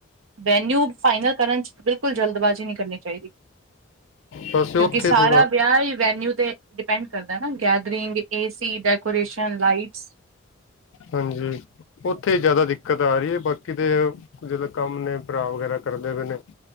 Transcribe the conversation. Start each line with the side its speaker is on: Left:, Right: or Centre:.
Right: ਵੈਨਿਊ ਫਾਈਨਲ ਕਰਨ 'ਚ ਬਿਲਕੁਲ ਜਲਦਬਾਜ਼ੀ ਨਹੀਂ ਕਰਨੀ ਚਾਹੀਦੀ
Left: ਬਸ ਉੱਥੇ
Right: ਕਿਉਂਕਿ ਸਾਰਾ
Left: ਥੋੜਾ
Right: ਵਿਆਹ ਹੀ ਵੈਨਿਊ ਤੇ ਡਿਪੈਂਡ ਕਰਦਾ ਨਾ ਗੈਦਰਿੰਗ ਏਸੀ ਡੈਕੋਰੇਸ਼ਨ ਲਾਈਟਸ
Left: ਹਾਂਜੀ ਉੱਥੇ ਜ਼ਿਆਦਾ ਦਿੱਕਤ ਆ ਰਹੀ ਹੈ ਬਾਕੀ ਦੇ ਜਦੋਂ ਕੰਮ ਨੇ ਭਰਾ ਵਗੈਰਾ ਕਰਦੇ ਪਏ ਨੇ